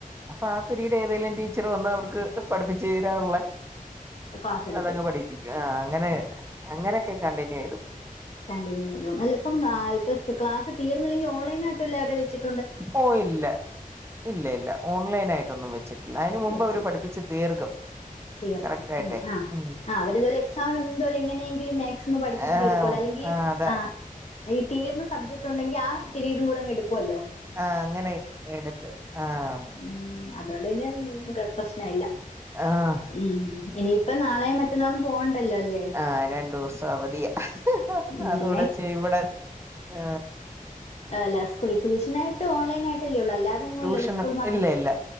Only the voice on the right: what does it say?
അപ്പൊ ആ പ പിരീഡ് ഏതെങ്കിലും ടീച്ചർ വന്ന് അവർക്ക് പഠിപ്പിച്ച് തീരാനുള്ള
അതങ്ങ് പഠിപ്പിക്കും ആ അങ്ങനെ അങ്ങനെയൊക്കെ കണ്ടിന്യൂ ചെയ്തു
ഓ ഇല്ല ഇല്ല ഇല്ല ഓൺലൈൻ ആയിട്ടൊന്നും വെച്ചിട്ടില്ല ല്ല അതിനന് മുമ്പ്
അവര് പഠിപ്പിച്ചു തീർക്കും
കറക്റ്റ് ആയിട്ടെ
ഉം
ആഹ്
ആഹ് അതാ
ആ അങ്ങനെ എടുത്ത് ആഹ
ആഹ്
ആ രണ്ടു ദിവസം അവധിയാ
അതുകൂടെച്ച ഇവിടെ ഏ
ട്യൂഷന്
ഇല്ല ഇല്ല